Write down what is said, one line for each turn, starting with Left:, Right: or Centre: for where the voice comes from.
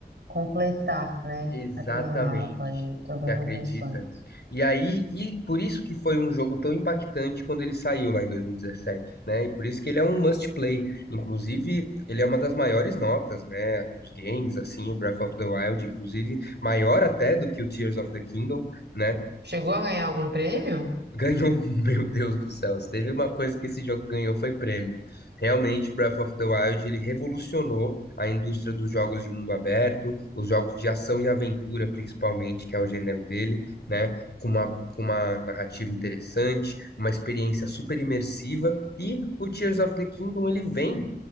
Right: completar, né,
Left: Exatamente.
Right: aquele mapa e todas
Left: Você acredita?
Right: as missões.
Left: E aí, e por isso que foi um jogo tão impactante quando ele saiu lá em 2017, né? E por isso que ele é um must play. Inclusive, ele é uma das maiores notas, né, dos games, assim, o Breath of the Wild, inclusive maior até do que o Tears of the Kingdom, né?
Right: Chegou a ganhar algum prêmio?
Left: Ganhou, <laughs> meu Deus do céu. Se teve uma coisa que esse jogo ganhou foi prêmio. Realmente, Breath of the Wild, ele revolucionou a indústria dos jogos de mundo aberto, os jogos de ação e aventura, principalmente, que é o gênero dele, né? Com uma, com uma narrativa interessante, uma experiência super imersiva. E o Tears of the Kingdom, ele vem